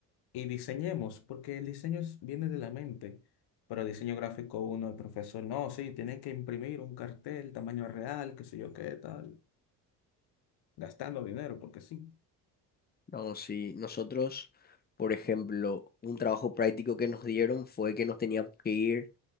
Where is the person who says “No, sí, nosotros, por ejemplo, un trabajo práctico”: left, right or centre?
Left